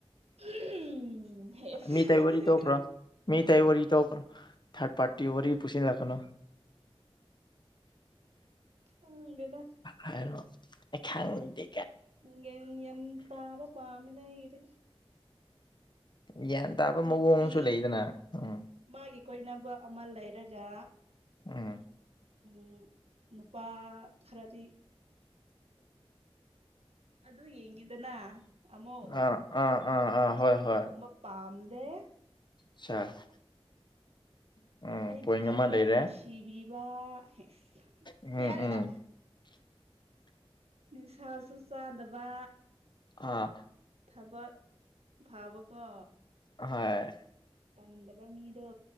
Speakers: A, on the right; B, on the left.
A: ꯎꯝ ꯍꯦ
B: ꯃꯤ ꯑꯇꯩ ꯋꯥꯔꯤ ꯇꯣꯛꯈ꯭ꯔꯣ ꯃꯤ ꯇꯩ ꯋꯥꯔꯤ ꯇꯣꯛꯈꯔꯣ ꯊꯥꯔꯗ ꯄꯥꯔꯇꯤ ꯋꯥꯔꯤ ꯄꯨꯁꯤꯜꯂꯛꯀꯅ‌ꯣ
A: ꯈꯪꯗꯦꯗ
B: ꯍꯥꯏꯔꯣ ꯑꯩ ꯈꯪꯗꯤ
A: ꯒ꯭ꯌꯥꯟ ꯌꯥꯝ ꯇꯕ ꯄꯥꯝꯃꯤꯗ ꯑꯩꯒꯤꯗꯤ
B: ꯒ꯭ꯌꯥꯟ ꯇꯥꯕ
A: ꯅꯨꯄꯤ
B: ꯃꯑꯣꯡꯁꯨ ꯂꯩꯗꯅ ꯎꯝ
A: ꯃꯥꯒꯤ ꯀꯣꯏꯅꯕ ꯑꯃ ꯂꯩꯔꯒ
B: ꯎꯝ
A: ꯎꯝ ꯅꯨꯄꯥ ꯈꯔꯗꯤ ꯑꯗꯨ ꯌꯦꯡꯉꯤꯗꯅ ꯑꯃꯨꯛ
B: ꯑꯥ ꯑꯥ ꯑꯥ ꯑꯥ ꯍꯣꯏ
A: ꯑꯗꯨꯒꯨꯝꯕ
B: ꯍꯣꯏ
A: ꯄꯥꯝꯗꯦ
B: <unintelligible> <inaudible>
A: ꯑꯩꯕꯨ
B: ꯄꯣꯏꯟ
A: ꯈꯛꯇ
B: ꯑꯃ ꯂꯩꯔꯦ
A: ꯅꯨꯡꯁꯤꯕꯤꯕ ꯍ‌ꯦ
B: ꯎꯝ
A: ꯌꯥꯔꯦꯗ
B: ꯎꯝ
A: ꯅꯤꯁꯥꯁꯨ ꯆꯥꯗꯕ
B: ꯑ
A: ꯊꯕꯛ ꯐꯕꯀꯣ
B: ꯍꯣꯏ
A: ꯇꯟꯗꯕ ꯃꯤꯗꯣ